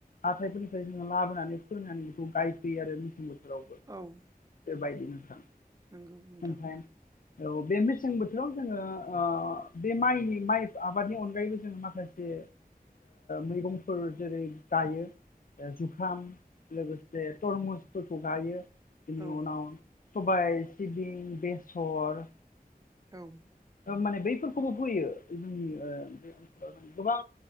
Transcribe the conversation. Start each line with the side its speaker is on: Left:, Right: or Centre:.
Left: हाथायफोरनिफ्राय जोङो लाबोनानै फोनानै बेखौ गायफैयो आरो मेसें बोथोरावबो
Right: औ
Left: बेबायदि नथां
Right: नंगौ नोंथां
Left: खमथाय <unintelligible> औ बे मेसें बोथोराव जोङो बे माइनि माइ आबादनि अनगायैबो जोङो माखासे मैगंफोर जेरै गायो। जुखाम बे तरमुज स गायो बिनि
Right: औ
Left: उनाव सबाय सिबिं बेसर
Right: औ
Left: माने बैफोरखौबो फैयो जोंनि बे ओनसोलाव मान गोबां